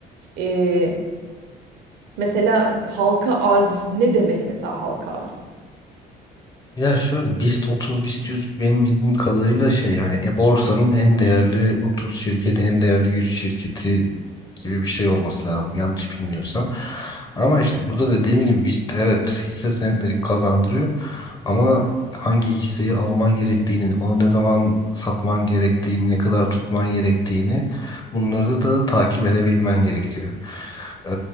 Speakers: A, on the right; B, on the left.
A: Ee, mesela halka arz ne demek mesela halka arz?
B: Ya şöyle BIST 30, BIST 100 benim bildiğim kadarıyla şey hani e-borsanın en değerli 30 şirketi, en değerli 100 şirketi gibi bir şey olması lazım yanlış bilmiyorsam. Ama işte burada dediğim gibi BIST evet hisse senetleri kazandırıyor. Ama hangi hisseyi alman gerektiğini, onu ne zaman satman gerektiğini, ne kadar tutman gerektiğini bunları da takip edebilmen gerekiyor. Ee,